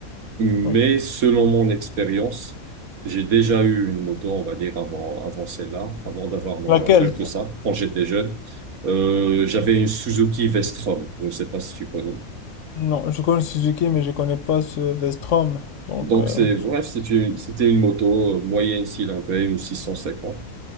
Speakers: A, on the right (about 80°); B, on the left (about 65°).
A: Mais
B: oui.
A: selon mon expérience, j'ai déjà eu une moto, on va dire, avant, avant celle-là, avant d'avoir ma
B: Laquelle?
A: voiture, tout ça, quand j'étais jeune. Euh, j'avais une Suzuki Vestrom. Je ne sais pas si tu connais.
B: Non, je connais Suzuki, mais je connais pas ce Vestrom. Donc,
A: Donc,
B: euh,
A: c'est, bref, c'est une- c'était une moto euh, moyenne cylindrée, une 650.